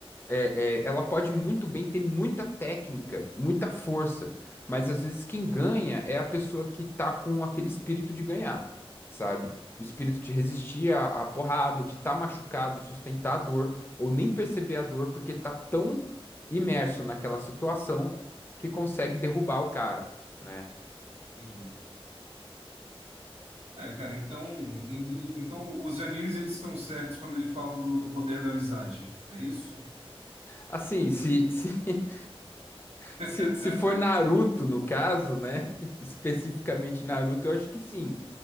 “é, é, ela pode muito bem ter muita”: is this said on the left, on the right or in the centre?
Left